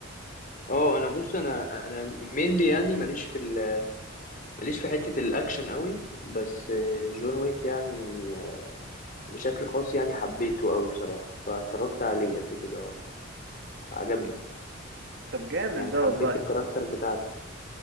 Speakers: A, on the left; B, on the right.
A: اه انا بص انا انا مينلي يعني ماليش في ال- ماليش في حته الاكشن قوي بس آه، جون ويك يعني آه، بشكل خاص يعني حبيته قوي بصراحه فاتفرجت عليه قبل كده اه عجبني
B: طب جامد
A: يعني
B: ده
A: حبيت
B: والله
A: الكاركتر بتاعته